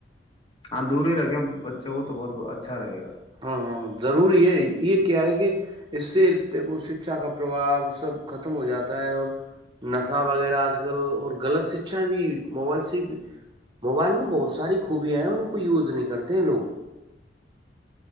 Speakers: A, on the left (about 30°); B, on the right (about 30°).
A: ہاں دورا گ اچا وہ تو بہت اچھا رہےا
B: ہاں ہاں ضروری ہے یہ کیا ہے کہ اس سے دیکھو شکھا کا پرباؤ سب ختم ہو جاتا ہے اور نشہ وغیرہ آج کل اور غلط ششا بھی موبائل سے موبائل میں بہت ساری خوبیا ہیں ان کو یوز نہیں کرتے ہیں لوگ